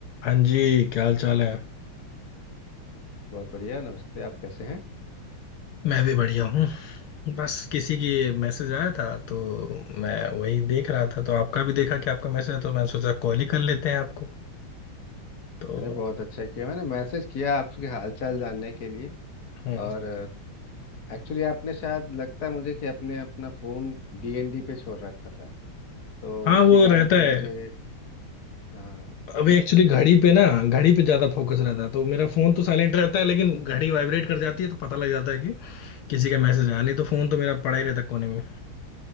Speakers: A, on the left; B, on the left.
A: हाँ जी क्या हाल चाल है
B: बहुत बढ़िया नमस्ते आप कैसे हैं
A: मैं भी बढ़िया हूँ बस किसी की मैसेज आया था तो मैं वही देख रहा था तो आपका भी देखा कि आपका मैसेज है तो मैंने सोचा कॉल ही कर लेते हैं आपको तो
B: मैंने बहुत अच्छा किया मैंने मैसेज किया आपके हालचाल जानने के लिए
A: हम्म
B: और एक्चुअली आपने शायद लगता है मुझे कि आपने अपना फ़ोन डीएनडी पे छोड़ रखा था तो
A: हाँ
B: इसी
A: वो
B: कारण
A: रहता
B: से मुझे
A: है
B: हाँ
A: अभी एक्चुअली घड़ी पे ना घड़ी पे ज्यादा फोकस रहता है तो मेरा फोन तो साइलेंट रहता है लेकिन घड़ी वाइब्रेट कर जाती है तो पता लग जाता है कि किसी का मैसेज आया नहीं तो फोन तो मेरा पड़ा ही रहता है कोने में